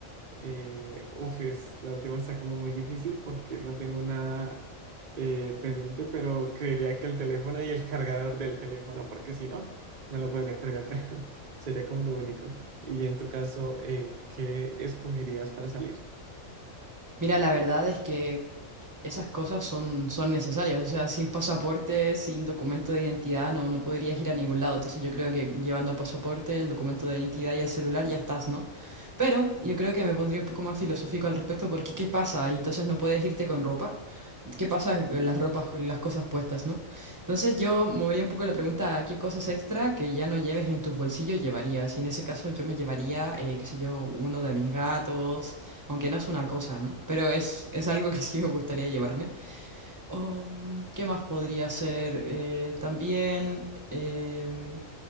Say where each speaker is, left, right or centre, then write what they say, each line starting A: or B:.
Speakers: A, on the right; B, on the right.
A: eh, uf, es- la última está como muy difícil porque no tengo nada eh, pendiente, pero creería que el teléfono y el cargador del teléfono, porque si no, no lo podría cargar. <laughs> Sería como lo único. Y en tu caso, eh, ¿qué escogerías para salir?
B: Mira, la verdad es que esas cosas son, son necesarias. O sea, sin pasaporte, sin documento de identidad, no, no podrías ir a ningún lado. Entonces yo creo que llevando pasaporte, el documento de identidad y el celular ya estás, ¿no? Pero yo creo que me pondría un poco más filosófico al respecto porque ¿qué pasa? Y Entonces no puedes irte con ropa. ¿Qué pasa con las ropas, con las cosas puestas, ¿no? Entonces yo movería un poco la pregunta a qué cosas extra que ya no lleves en tus bolsillos llevarías. Y en ese caso yo me llevaría, eh, qué sé yo, uno de mis gatos. Aunque no es una cosa, ¿no? Pero es, es algo que sí me gustaría llevarme. Um, ¿qué más podría ser? Eh, también em,